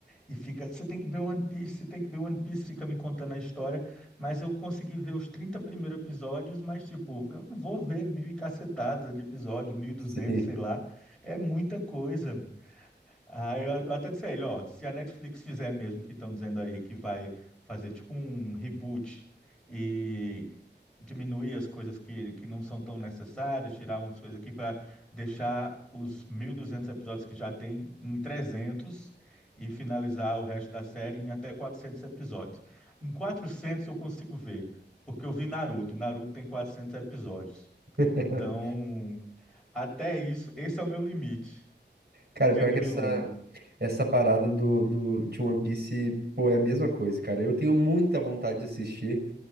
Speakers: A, in the centre; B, on the right (about 60°).
A: e fica, você tem que ver One Piece, você tem que ver One Piece, fica me contando a história, mas eu consegui ver os 30 primeiros episódios, mas tipo, eu não vou ver mil e cacetada de episódio, mil e duzentos
B: Sim.
A: sei lá, é muita coisa. Ah, eu, eu até disse a ele, ó, se a Netflix fizer mesmo que estão dizendo aí que vai fazer tipo um reboot e diminuir as coisas que, que não são tão necessárias, tirar umas coisas aqui para deixar os 1.200 episódios que já tem em 300 e finalizar o resto da série em até 400 episódios. Em 400 eu consigo ver, porque eu vi Naruto, e Naruto tem 400 episódios.
B: <laughs>
A: Então, até isso, esse é o meu limite
B: Cara,
A: de
B: pior
A: anime
B: que essa,
A: longo.
B: essa parada do, do, de One Piece, pô, é a mesma coisa, cara. Eu tenho muita vontade de assistir,